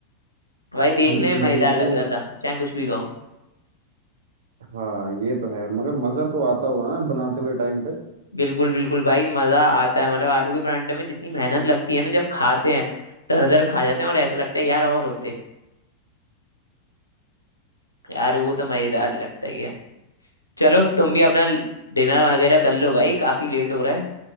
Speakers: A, on the left; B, on the right.
A: भाई देखने
B: हम्म
A: में
B: वही
A: मजेदार लग
B: तो
A: रहा था चाहे कुछ भी खाओ
B: हाँ ये तो है मगर मजा तो आता होगा ना बनाते हुए टाइम पे
A: बिल्कुल बिल्कुल भाई मजा आता है मतलब आलू के परांठे में जितनी मेहनत लगती है ना जब खाते हैं दर दर खा जाते हैं और ऐसा लगता है यार और होते यार वो तो मजेदार लगता ही है चलो तुम भी अपना डिनर वगैरह कर लो भाई काफी लेट हो रहा है